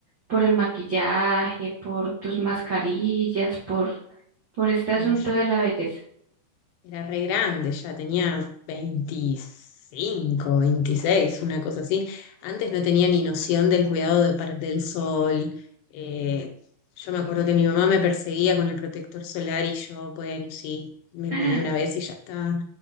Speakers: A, on the right; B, on the left.
A: por el maquillaje, por tus mascarillas, por, por este asunto
B: No, yo
A: de la belleza?
B: Era re grande, ya tenía 25 26 una cosa así. Antes no tenía ni noción del cuidado de par- del sol. Eh, yo me acuerdo que mi mamá me perseguía con el protector solar y yo, bueno, sí, me
A: <laughs>
B: ponía una vez y ya está.